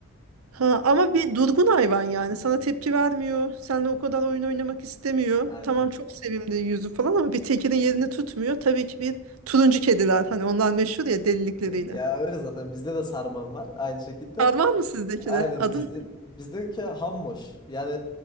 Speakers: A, on the right; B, on the left.
A: Ha, ama bir durgun hayvan yani. Sana tepki vermiyor. Seninle o kadar oyun oynamak istemiyor.
B: Aynen.
A: Tamam çok sevimli yüzü falan ama bir tekirin yerini tutmuyor. Tabii ki bir turuncu kediler. Hani onlar meşhur ya delilikleriyle.
B: Ya öyle zaten bizde de sarmam var aynı şekilde.
A: Var mı sizdeki
B: Aynen
A: de? Adın
B: bizde bizdeki Hammoş. Yani